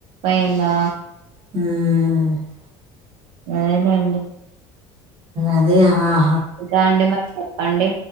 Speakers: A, on the right; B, on the right.
A: ఎండా
B: హ్మ్
A: అదే లెండి
B: అదే ఆ
A: ఇంకా అండి మరి చెప్పండి